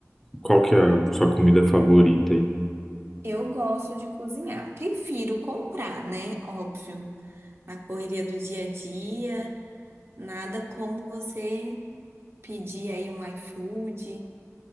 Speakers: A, in the centre; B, on the right.
A: qual que é a sua comida favorita? aí?
B: Eu gosto de cozinhar. Prefiro comprar, né? Óbvio. Na correria do dia a dia, nada como você pedir aí um iFood.